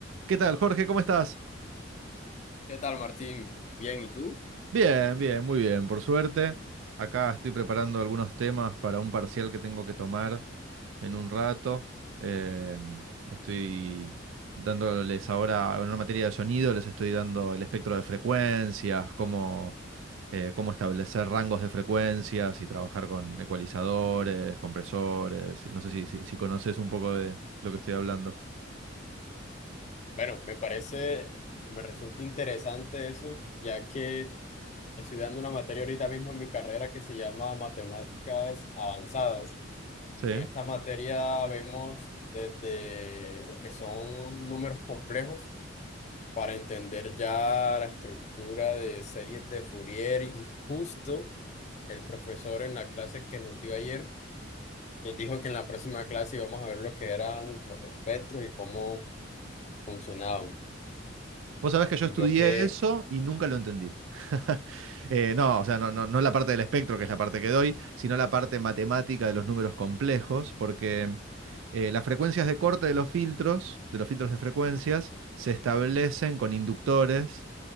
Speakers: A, on the right (about 80°); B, on the left (about 35°).
A: ¿Qué tal, Jorge? ¿Cómo estás?
B: ¿Qué tal, Martín? Bien, ¿y tú?
A: Bien, bien, muy bien, por suerte. Acá estoy preparando algunos temas para un parcial que tengo que tomar en un rato. Em, estoy dándoles ahora, en una materia de sonido, les estoy dando el espectro de frecuencias, cómo, eh, cómo establecer rangos de frecuencias y trabajar con ecualizadores, compresores. No sé si, si, si conoces un poco de lo que estoy hablando.
B: Bueno, me parece, me resulta interesante eso, ya que estoy dando una materia ahorita mismo en mi carrera que se llama Matemáticas Avanzadas.
A: Sí.
B: En esta materia vemos desde lo que son números complejos para entender ya la estructura de series de Fourier y justo el profesor en la clase que nos dio ayer nos dijo que en la próxima clase íbamos a ver lo que eran los espectros y cómo funcionaba.
A: Vos sabés que yo
B: Y
A: estudié
B: veo que,
A: eso y nunca lo entendí. <laughs> Eh, no, o sea, no, no, no la parte del espectro, que es la parte que doy, sino la parte matemática de los números complejos, porque eh, las frecuencias de corte de los filtros, de los filtros de frecuencias, se establecen con inductores